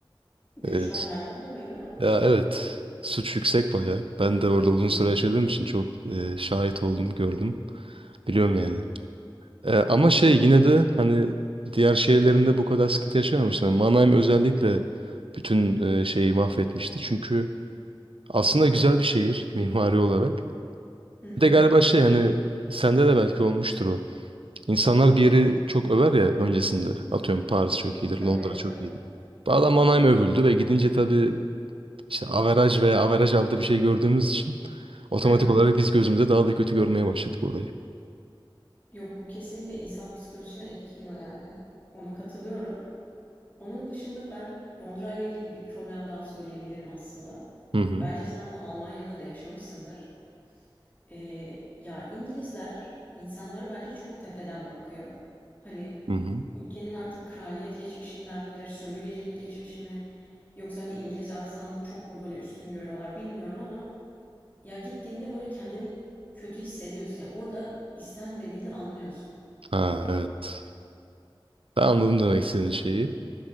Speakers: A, on the left; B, on the right.
A: Göçmenlerden
B: Evet.
A: dolayı mı?
B: Ya evet. Suç yüksek bayağı. Ben de orada uzun
A: Hmm.
B: süre yaşadığım için çok eee, şahit oldum, gördüm. Biliyorum yani. Ee, ama şey yine de hani diğer şehirlerinde bu kadar sıkıntı yaşamamışlar. Mannheim özellikle bütün e, şeyi mahvetmişti. Çünkü aslında güzel bir şehir <laughs> mimari olarak.
A: Hı hı.
B: Bir de galiba şey hani sende de belki olmuştur o. İnsanlar bir yeri çok över ya öncesinde. Atıyorum Paris çok iyidir,
A: Tabii
B: Londra çok
A: tabii.
B: iyidir. Bu adam Mannheim övüldü ve gidince tabii işte averaj veya averaj aldı bir şey gördüğümüz için otomatik
A: Hı hı.
B: olarak biz gözümüze daha da kötü görmeye başladık orayı.
A: Yok bu kesinlikle insan psikolojisini etkiliyor yani. Ona katılıyorum. Onun dışında ben Londra ile ilgili bir problem daha söyleyebilirim aslında.
B: Hı hı.
A: Bence sen bunu Almanya'da da yaşamışsındır. Ee, ya İngilizler insanlara bence çok tepeden bakıyor. Hani
B: Hı hı.
A: Ülkenin artık kraliyet geçmişinden midir, sömürgecilik geçmişi mi? Yoksa hani İngiliz aksanını çok mu böyle üstün görüyorlar bilmiyorum ama ya gittiğinde böyle kendini kötü hissediyorsun. Yani orada istenmediğini anlıyorsun.
B: Ha evet. Ben anladım demek istediğin şeyi.